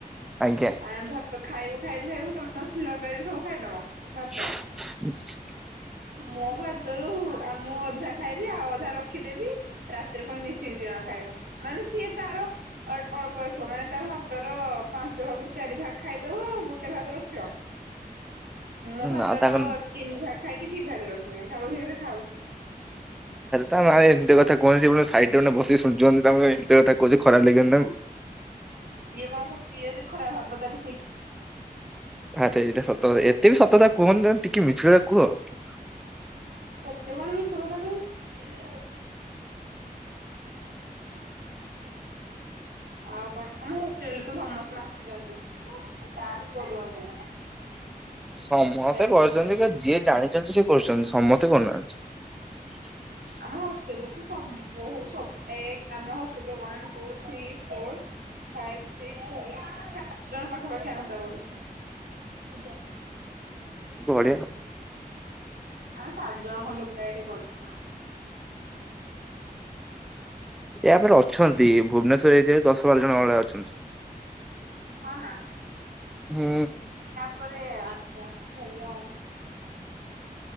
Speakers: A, in the centre; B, on the right (about 85°).
A: ଆଜ୍ଞା
B: ଆ ଭାତ ଖାଇବୁ ଖାଇବୁ ଖାଇବୁ ତମ <unintelligible> ସବୁ ଖାଇଦବ।
A: ମ
B: ଭାତ ମୋ ଭାତରୁ ଆ ମୁଁ ଅଧା ଖାଇବି ଆଉ ଅଧା ରଖିଦେବି। ରାତିରେ ପୁଣି ମିଶକି ଦିଜଣ ଖାଇବୁ, ମାନେ ସିଏ ତାର ଅଳ୍ପ ଅଳ୍ପ ମାନେ ତା ଭାତର ପାଞ୍ଚ ଭାଗରୁ ଚା ଚାରି ଭାଗ ଖାଇଦବ ଗୋଟେ ଭାଗ ରଖିବ। ମୋ ଭାତ
A: ନା ତାଙ୍କ
B: ର ତିନି ଭାଗ ଖାଇକି ଦି ଭାଗ ରଖିବି, ଭାବୁଛ କେତେ ଖାଉଛି।
A: ତା ନାରେ ଏମିତି କଥା କୁହନି ସିଏ ପୁଣି ସାଇଟରେ ବସିକି ଶୁଣୁଛନ୍ତି ତା ଏମିତି କଥା କହୁଛି ଖରାପ ଲାଗିିବନି ତାଙ୍କୁ?
B: ସିଏ କଣ କ ସିଏ ଯଦି ଖରାବ ଭାବିବ ତାହାଲେ
A: ଆରେ ଏଇଟା ସତ ଏତେ ବି ସତ କଥା କୁହନି ତମେ ଟିକେ ମିଛ କଥା କୁହ।
B: ଏତେ କଣ ମିଛ କଥା କହିବି? ଆଉ କଣ ଆମ ହଷ୍ଟେଲ ରେ ତ ସମସ୍ତେ ନାଚିଛନ୍ତି, ଡାନ୍ସ କରୁଛନ୍ତି।
A: ସମସ୍ତେ
B: ବ୍ୟାକଗ୍ରାଉଣ୍ଡ
A: କରଛନ୍ତି
B: ନଏଜ
A: କି ଯିଏ ଜାଣିଛନ୍ତି ସିଏ କରୁଛନ୍ତି, ସମସ୍ତେ କରୁନାହାନ୍ତି। ଭ
B: ଆମ ହଷ୍ଟେଲରେ ତ ସମ୍ ବହୁତ ସବୁ ଏକ ଆମ ହଷ୍ଟେଲରେ one two, three, four five, six, ସାତ ଜଣ ପାଖାପାଖି ଆମତା କରୁଛୁ। ପୂଜା।
A: ବଢିଆ।
B: ଆମେ ସାତ ଜଣ ଖଣ୍ଡ ପୁରା ଏଇଠି କରୁଛୁ।
A: ଏହା ପରେ ଅଛନ୍ତି, ଭୁବନେଶ୍ଵରରେ ଜେ ଦଶ ବାର ଜଣ ଭଳିଆ ଅଛନ୍ତି।
B: ହନା।
A: ହୁଁ।
B: ଉପରେ ଆଛା ଭଲ ଆଉ।